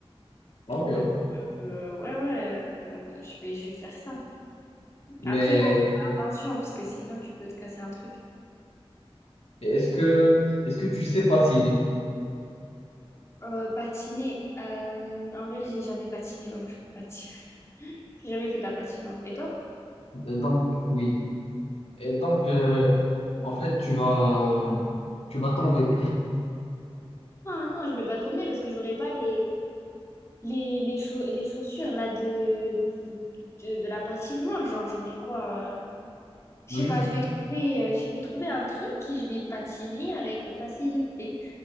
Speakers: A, on the left; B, on the left.
A: Ok.
B: Donc, euh, ouais, ouais, euh, je vais, je vais faire ça.
A: Mais
B: Après, bon, faut faire attention, parce que sinon, tu peux te casser un truc.
A: est-ce que, est-ce que tu sais patiner?
B: Euh, patiner. Euh, en vrai, j'ai jamais patiné, donc je peux pas te dire. <laughs> J'ai jamais fait de la patinoire. Et toi?
A: Euh, Donc, oui. Et donc, euh, en fait, tu vas, tu vas tomber.
B: Ah non, je vais pas tomber parce que j'aurai pas les, les, les, chau- les chaussures là de, du- de, de la patinoire. Genre, j'aurai quoi? euh, Je
A: <laughs>
B: sais
A: Juste.
B: pas, je vais trouver, euh, je vais trouver un truc et je vais patiner avec facilité.